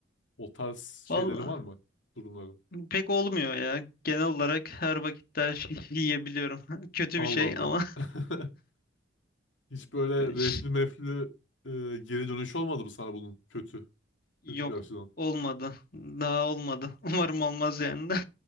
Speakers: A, on the left; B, on the left.
A: O tarz
B: valla
A: şeyleri var mı? Durumların.
B: pek olmuyor ya genel olarak her vakitte her şeyi <laughs> yiyebiliyorum <laughs> kötü
A: Allah
B: bir şey
A: Allah.
B: ama
A: <laughs> Hiç böyle
B: <laughs> iş-
A: reflü meflü e, geri dönüş olmadı mı sana bunun kötü?
B: yok
A: Kötü bir açıdan.
B: olmadı daha olmadı <laughs> umarım olmaz yani de